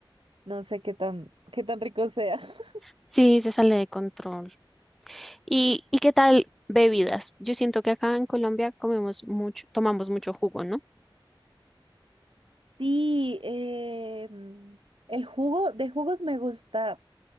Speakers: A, on the right; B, in the centre.
A: no sé qué tan, qué tan rico sea. <laughs>
B: Sí, se sale de control. ¿Y, y qué tal bebidas? Yo siento que acá en Colombia comemos mucho, tomamos mucho jugo, ¿no?
A: Sí, eh, el jugo de jugos me gusta